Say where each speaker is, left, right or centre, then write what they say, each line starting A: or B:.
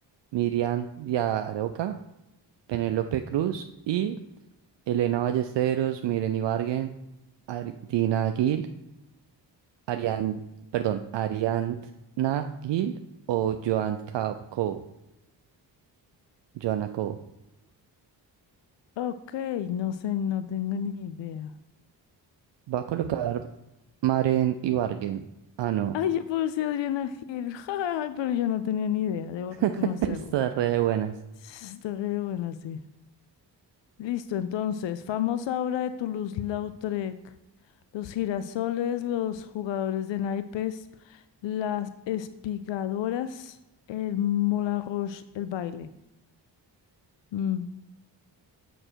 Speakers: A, on the right; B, on the left.
A: Miriam Diaroca, Penélope Cruz y Elena Ballesteros, Miren Ibargen, Ari- Dina Gil, Arián, perdón, Ariadna Gil o Joan Ca- Co, Joana Co.
B: Ok, no sé, no tengo ni idea.
A: Va a colocar Maren Ibargen. Ah, no.
B: Ay, yo puse Adriana Gil. <laughs> Ay, pero yo no tenía ni idea, debo reconocerlo.
A: <laughs> Está
B: Ujú.
A: re de buenas.
B: Está re buena, sí. Listo, entonces, famosa obra de Toulouse-Lautrec. Los girasoles, los jugadores de naipes, las espigadoras, el Moulin Rouge, el baile. Mm.